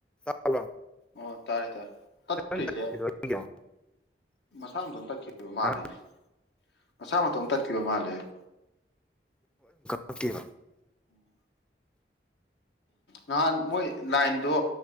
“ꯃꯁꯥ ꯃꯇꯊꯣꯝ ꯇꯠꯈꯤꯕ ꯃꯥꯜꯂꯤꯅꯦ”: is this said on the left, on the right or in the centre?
Left